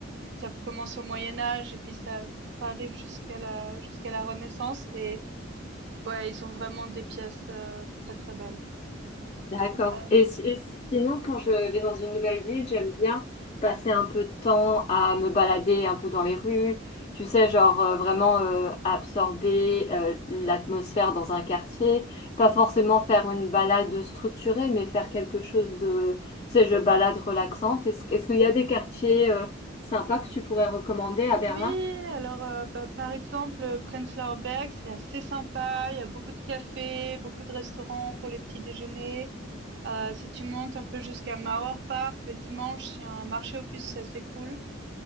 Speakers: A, on the right; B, on the left.
A: ça commence au Moyen Âge et puis ça ça arrive jusqu'à la jusqu'à la Renaissance et ouais, ils ont vraiment des pièces euh, très très belles.
B: D'accord.
A: Euh,
B: Et, si- et si- sinon, quand je vais dans une nouvelle ville, j'aime bien passer un peu de temps à me balader un peu dans les rues, tu sais, genre euh, vraiment euh, absorber euh, l'atmosphère dans un quartier, pas forcément faire une balade structurée, mais faire quelque chose de, tu sais, je balade relaxante. Est-ce, est-ce qu'il y a des quartiers euh, sympas que tu pourrais recommander
A: oui,
B: à Berlin?
A: alors euh, bah, par exemple euh, Prenzlauer Berg, c'est assez sympa. Il y a beaucoup de cafés, beaucoup de restaurants pour les petits déjeuners. Heu, si tu montes un peu jusqu'à Mauer Park, le dimanche, il y a un marché aux puces assez cool